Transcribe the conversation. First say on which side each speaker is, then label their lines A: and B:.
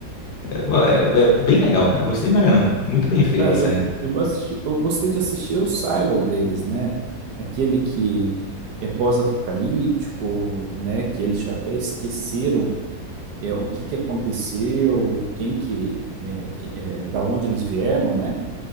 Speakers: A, on the left; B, on the right.
A: É, bom, é- é bem legal, cara. Eu Gostei pra caramba. Muito bem feita
B: É,
A: a série.
B: eu, vou- eu vou assistir, eu gostei de assistir o Silo deles, né? Aquele que é pós-apocalíptico, né? Que eles já até esqueceram é, o que que aconteceu, quem que, é, que- é, da onde eles vieram, né?